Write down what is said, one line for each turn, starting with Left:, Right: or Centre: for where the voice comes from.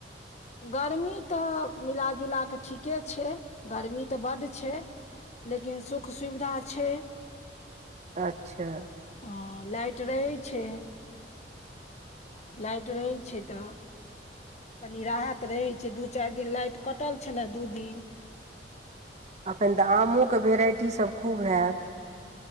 Left: गर्मी तऽ मिलाजुला कऽ ठीके छै गर्मी तऽ बड्ड छै। लेकिन सुख सुविधा छै।
Right: अच्छा।
Left: हँ लाइट रहै छै। लाइट रहै छै तऽ। कनि राहत रहैत छै दू चारि दिन लाइट कटल छलय दू दिन
Right: एखन तऽ आमोके भेराइटीसभ खूब हैत।